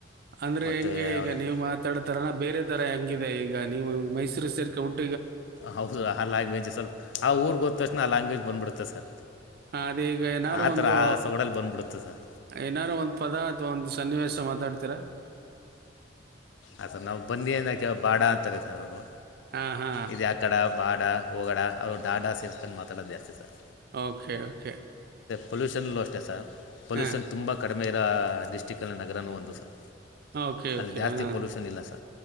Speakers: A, on the right (about 55°); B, on the left (about 70°).
A: ಅಂದ್ರೆ
B: ಮತ್ತು
A: ಹೆಂಗೆ ಈಗ
B: ಅವ್ರಿಗೆ
A: ನೀವು್ ಮಾತಾಡತರಾನ ಬೇರೆ ತರ ಹೆಂಗಿದೆ ಈಗ ನೀವು ಮೈಸೂರು ಸೇರ್ಕೆ ಹಟ್ಟ
B: ಹೌದು ಆ ಲ್ಯಾಂಗ್ವಜ್ ಸ್ವಪ ಆ ಊರಿಗೆಗೋ ತಕ್ಷಣ ಆಲ್ಯಾಂಗ್ವಜ್ಂದ್ಬಿಡ್ತ ಸರ್
A: ಹ ಅದ ಈಗ ಏನಾರು
B: ಆ
A: ಒಂದು
B: ಥರ ಆ ಸೊಗಡಲ್ಲಿ ಬಂದ್ಬಿಡುತ್ತೆ ಸರ್
A: ಏನಾರು ಒಂದ್ ಪದ ಅಥವಾ ಒಂದ್ ಸನ್ನಿವಾಸ ಮಾತಾಡ್ತೀರಾ
B: ಆಥ ನಾವು ಬನ್ನಿನ ಕೆ ಬಾಡ ಅಂತಾರೆ ಸರ್ ಅವರು
A: ಆ ಹಾ
B: ಇದು ಆ ಕಡ ಬಾಡ ಹೋಗಾಡ ಅವ್ರು ದಾಡ ಸೇರಿಸಸ್ಕಂಡು ಮಾತಾಡೋದು ಜಾಸ್ತಿ ಸರ್
A: ಓಕೆ ಓಕೆ
B: ಪೊಲ್ಯೂಷನ್ಲ್ಲೂ ಅಷ್ಟೇ ಸರ್ ಪೊಲ್ಯೂಷನ್
A: ಹಾಂ.
B: ತುಂಬ ಕಡಿಮೆ ಇರೋ ಡಿಸ್ಟ್ರಿಕ್ಕಲ್ಲಿ ನಗರನೂ ಒಂದು ಸರ್
A: ಓಕೆ,
B: ಅಲ್ಲಿ
A: ಓಕೆ.
B: ಜಾಸ್ತಿ
A: ಹಾಂ.
B: ಪೊಲ್ಯೂಷನ್ ಇಲ್ಲ ಸ